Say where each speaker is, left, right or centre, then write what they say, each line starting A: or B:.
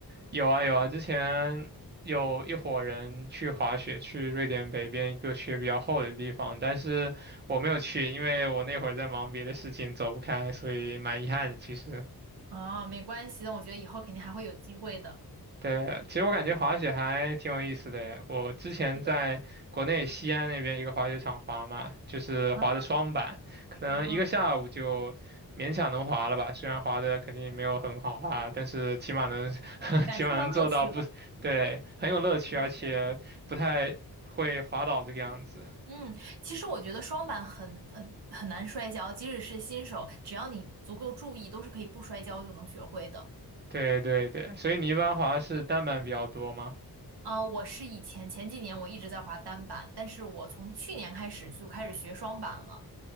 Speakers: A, on the right; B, on the right.
A: 有啊有啊，之前有一伙人去滑雪，去瑞典北边一个雪比较厚的地方，但是我没有去，因为我那会儿在忙别的事情，走不开，所以蛮遗憾的其实。
B: 啊，没关系的，我觉得以后肯定还会有机会的。
A: 对，其实我感觉滑雪还挺有意思的耶我之前在国内西安那边一个滑雪场滑嘛，
B: 是的，
A: 就是滑的双板，
B: 啊，
A: 可能一个下午就勉强能滑了吧。
B: 嗯，
A: 虽然滑的肯定没有很好啊，但是起码能 <laughs>
B: 感受到乐趣了。
A: 起码能做到不，对，很有乐趣，
B: 对对对。
A: 而且不太会滑倒这个样子。
B: 嗯，其实我觉得双板很呃很难摔跤，即使是新手，只要你足够注意，都是可以不摔跤就能学会的。
A: 对对对，所以你一般滑是单板比较多吗？
B: 啊，我是以前前几年我一直在滑单板，但是我从去年开始就开始学双板了。